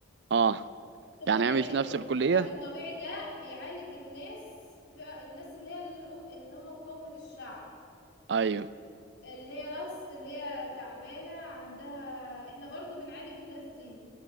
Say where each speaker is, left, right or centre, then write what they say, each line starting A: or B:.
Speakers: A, on the right; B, on the left.
A: اه
B: طب
A: يعني
B: العلا-
A: هي مش نفس
B: العلاج
A: الكلية
B: الطبيعي ده بيعالج الناس في الناس اللي هي الأم اللي هم قومة الشعب
A: ايوه
B: اللي هي ناس اللي هي تعبانة عندها احنا برضو بنعالج الناس دي